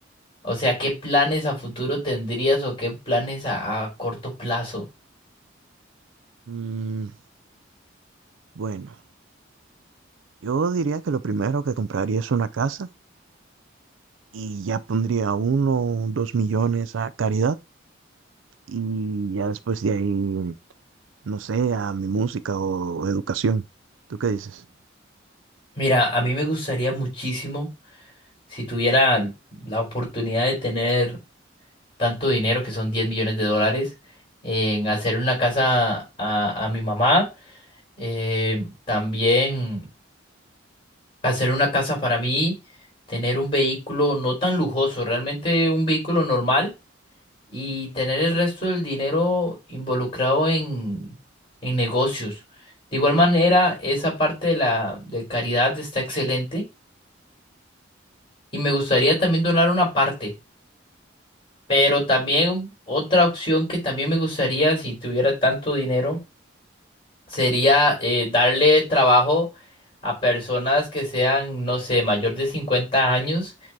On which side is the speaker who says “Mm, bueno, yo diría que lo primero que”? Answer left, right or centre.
Right